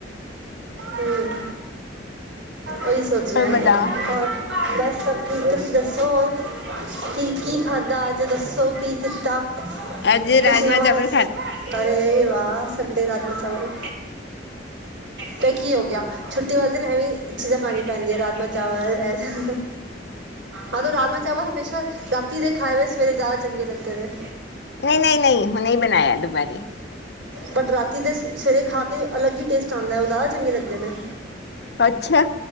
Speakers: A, on the right (about 85°); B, on the left (about 60°).
A: ਹੂੰ, ਉਹੀ ਸੋਚ ਰਏਆ
B: ਪਰ ਬਤਾ
A: ਹੋਰ ਬਸ ਸਭ ਠੀਕ ਤੁਸੀਂ ਦੱਸੋ ਹੋਰ ਕੀ-ਕੀ ਖਾਧਾ ਅੱਜ ਦੱਸੋ ਕੀ ਕੀਤਾ?
B: ਅੱਜ
A: ਤੁਸੀ
B: ਰਾਜਮਾਂ
A: ਦੱਸੋ
B: ਚਾਵਲ
A: ਅਰੇ ਵਾਹ! ਸੰਡੇ ਰਾਜਮਾ ਚਾਵਲ ਤੇ ਕੀ ਹੋ ਗਿਆ ਛੁੱਟੀ ਵਾਲੇ ਦਿਨ ਐਵੇਂ ਚੀਜ਼ਾਂ ਖਾਣੀ ਪੈਂਦੀਆਂ ਰਾਜਮਾਂ ਚਾਵਲ ਇਹ ਰਾਜਮਾ-ਚਾਵਲ ਹਮੇਸ਼ਾ ਰਾਤੀ ਦੇ ਖਾਏ ਹੋਏ ਸਵੇਰੇ ਜਾਦਾ ਚੰਗੇ ਲੱਗਦੇ ਨੇ।
B: ਨਈ, ਨਈ, ਨਈ ਹੁਣੇ ਬਣਾਇਆ ਦੁਪੈਰੇ।
A: ਬਟ ਰਾਤੀ ਦੇ ਸਵੇਰੇ ਖਾ ਕੇ ਅਲੱਗ ਹੀ ਟੇਸਟ ਆਂਉਦਾ, ਉਹ ਜਿਆਦਾ ਚੰਗੇ ਲੱਗਦੇ ਨੇ।
B: ਅੱਛਾ।